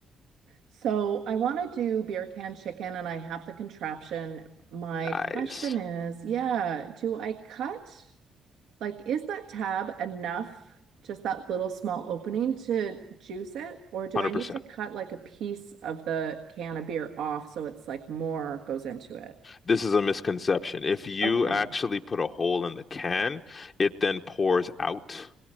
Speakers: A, on the right; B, on the left.
A: So I want to do beer can chicken and I have the contraption. My
B: Nice.
A: question is, yeah, do I cut? Like, is that tab enough, just that little small opening to juice it? Or do
B: 100%.
A: I need to cut like a piece of the can of beer off so it's like more goes into it?
B: This is a misconception. If you
A: Okay.
B: actually put a hole in the can, it then pours out.